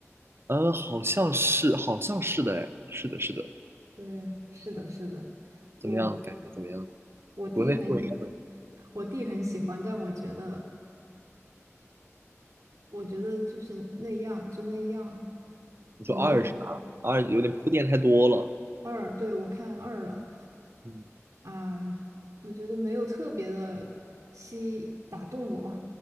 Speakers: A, on the right; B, on the right.
A: 呃，好像是，好像是的，哎，是的，是的。
B: 对，是的，是的，我
A: 怎么样？感觉怎么样？
B: 我弟很
A: 国内氛围应该会，
B: 我弟很喜欢，但我觉得我觉得就是那样就那样，
A: 你说二是吧？
B: 我没有
A: 二有点铺垫太多了。
B: 二，对，我看二了
A: 嗯，
B: 啊，我觉得没有特别的吸打动我。